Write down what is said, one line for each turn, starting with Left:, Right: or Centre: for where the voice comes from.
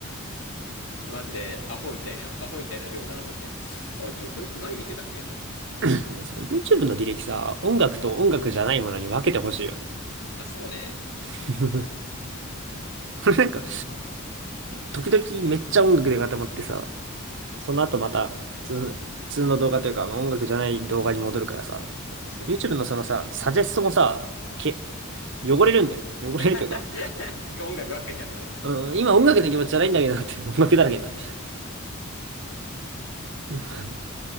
Left: う。マジで、アホみたいな、アホみたいな量並んでて、あ、自分って何見てたっけってなって。
Right: ねそう、YouTube の履歴さ、音楽と音楽じゃないものに分けてほしいよね。
Left: あ、そうね。
Right: <laughs> なんか、時々めっちゃ音楽で固まってさ、その後また普通の、普通の動画というか、まあ、音楽じゃない動画に戻るからさ、
Left: そうそ
Right: YouTube のそのさ、サジェストもさ、け、汚れるんだよね。汚れるというか、
Left: う。<laughs> 音楽ばっかになるよね。そう。
Right: うん、今音楽の気持ちじゃないんだけどなって、<laughs> 音楽だらけになる。うん <laughs>